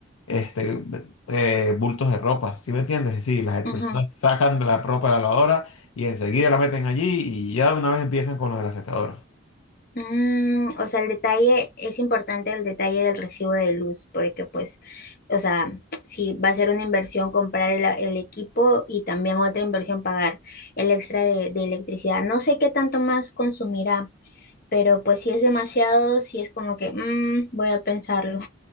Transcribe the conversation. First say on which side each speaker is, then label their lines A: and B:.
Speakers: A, on the left; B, on the left.
A: este, eh, bultos de ropa, ¿sí me entiendes? Sí, las
B: ujú.
A: personas sacan de la ropa de la lavadora y enseguida la meten allí y ya de una vez empiezan con lo de la secadora.
B: Mm, o sea, el detalle, es importante el detalle del recibo de luz, porque pues, o sea, si va a ser una inversión comprar el, el equipo y también otra inversión pagar el extra de, de electricidad. No sé qué tanto más consumirá, pero pues si es demasiado, si es como que, mm, voy a pensarlo.